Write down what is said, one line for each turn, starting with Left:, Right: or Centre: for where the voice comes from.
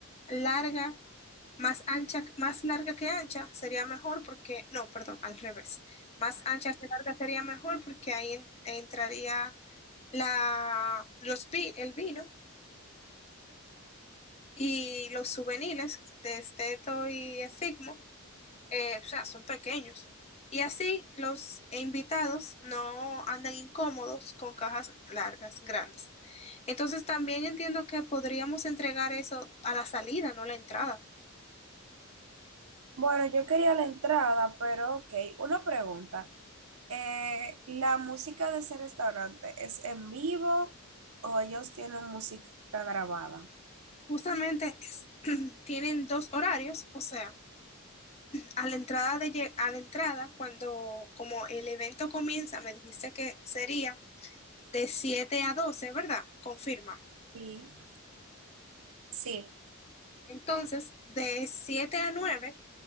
Left: larga, más ancha, más larga que ancha sería mejor porque, no, perdón, al revés. Más ancha que larga sería mejor porque ahí en- entraría la, los vi, el vino. Y los souvenirs de Esteto y Efigmo, eh, o sea, son pequeños. Y así los invitados no andan incómodos con cajas largas, grandes. Entonces también entiendo que podríamos entregar eso a la salida, no a la entrada.
Right: Bueno, yo quería la entrada, pero ok, una pregunta. Eh, ¿la música de ese restaurante es en vivo o ellos tienen música grabada?
Left: Justamente es- <clears throat> tienen dos horarios, o sea, a la entrada de lle- a la entrada, cuando como el evento comienza, me dijiste que sería de 7 a 12, ¿verdad? Confirma.
Right: Sí. Sí.
Left: Entonces, de 7 a 9